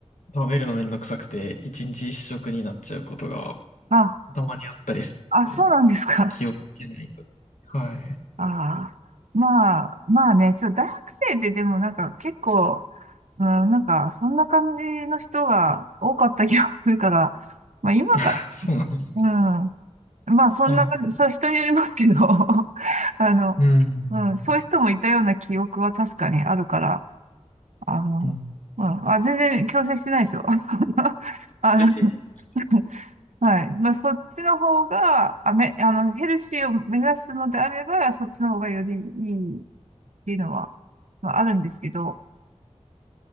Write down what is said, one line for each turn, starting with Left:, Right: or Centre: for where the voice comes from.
Left: 食べるのめんどくさくて、一日一食になっちゃうことが
Right: あ、
Left: たまにあったりするので、
Right: あ、そうなんですか。
Left: 気をつけないと。はい。
Right: <laughs> ああ。まあ、まあね、ちょ、大学生ででもなんか結構、うん、なんか、そんな感じの人が多かった気がするから、まあ今か、
Left: <laughs> そうなんですか。
Right: うん。まあそんな感じ、
Left: はい。
Right: それは人によりますけど、<laughs> あの、
Left: うん。
Right: うん、そういう人もいたような記憶は確かにあるから、あの、
Left: うん。
Right: まあ、あ全然強制してないですよ。<laughs> あの、
Left: はい。
Right: <laughs> はい。まあ、そっちの方が、あ、め、あの、ヘルシーを目指すのであれば、そっちの方がよりいいっていうのは、まあ、あるんですけど、